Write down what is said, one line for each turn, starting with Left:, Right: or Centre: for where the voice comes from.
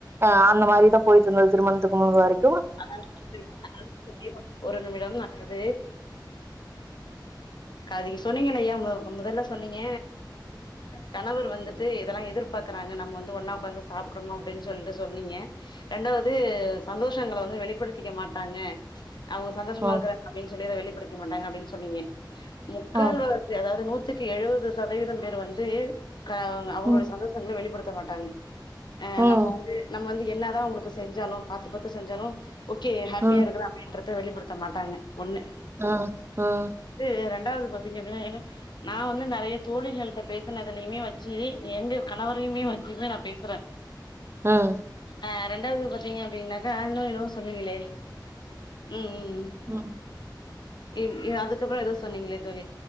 Right: அஹ் அந்த மாரிதான் போயிட்டு இருந்தது திருமணத்துக்கு முன்பு வரைக்கும்
Left: அத அத ஒரு நிமிடம் நல்லது அஹங்க சொன்னீங்க இல்லையா முதல்ல சொன்னீங்க கணவர் வந்துட்டு இததெல்லாம் எதிர்பார்க்குறாங்க நம்ம வந்து ஒன்னா உக்க்காந்து சாப்பிடணும் அப்படின்னு சொல்லிட்டு சொன்னீங்க ரெண்டாவது சந்தோஷ் ஸ்டங்களவந்து வெளிப்படுத்திக்க மாட்டாங்க அவங்க சந்தோஷமா
Right: ம்
Left: இருக்காங்க அப்பின்னு சொல்லிற வேலி படிக்க மாட்டாங்க அப்புடின்னு சொன்னீங்க முக்கால்
Right: ம்
Left: வளர்ச்சி அதாவது நூத் த்துக்கு எழுபது சதவீதம் பேர் வந்து க்க அவங்களுடைய
Right: ம்
Left: சந்தோசங்களை வெளிப்படுத்த த்தமாட்டாங் ஆஹ்
Right: ம்
Left: நம்ம வந்து நம்ம வந்து என்ன தான் உங்களுக்கு செஞ்சாலும் பாத்து பாத் செஞ்சாலும் ஓகே ஹப்பியா
Right: ம்
Left: இருக்கிற அப்டின்ற வெளிப்படுத்த மாட்டாங்க ஒண்ணு
Right: ம் ம்
Left: த்ரெண் இரண்டாவது பாத்தீங்கப்ப நான் வந்து நிறைய தோழிகள் கிட்ட பேசினதுலுமே வச்சு எங்க கணவரையுமே வச்சுமே ந பேஸ்
Right: ம்
Left: <inaudible> ஆஹ் ரெண்டாவது பாத்தீங்க அப்படின்னா ஆஹ இன்னும் இது சொல்லவில்லை உம் உஹம்
Right: ம்
Left: ஏ ஏஅதுக்கப்புறோ ஏதோ சொன்னீங்களே தோழி